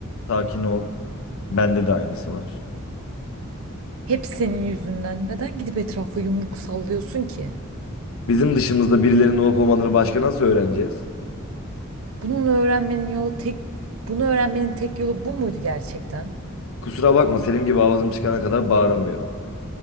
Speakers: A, on the left; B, on the right.
A: Sakin ol. Bende de aynısı var.
B: Hep senin yüzünden. Neden gidip etrafa yumruk sallıyorsun ki?
A: Bizim dışımızda birilerinin olup olmadığını başka nasıl öğreneceğiz?
B: Bunun öğrenmenin yolu tek bunu öğrenmenin tek yolu bu muydu gerçekten?
A: Kusura bakma Selim gibi avazım çıkana kadar bağıramıyorum.